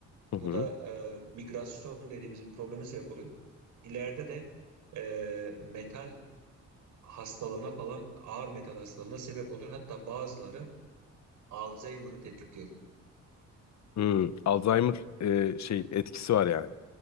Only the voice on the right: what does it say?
Bu
da e, migrasyon dediğimiz bir probleme sebep oluyor. İleride de e, metal hastalığına falan ağır metal hastalığına sebep oluyor. Hatta bazıları Alzheimer'ı tetikliyor.